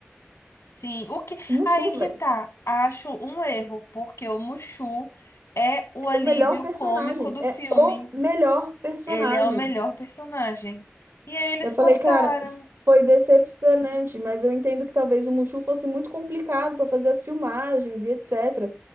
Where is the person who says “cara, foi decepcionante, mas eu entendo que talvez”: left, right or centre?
Right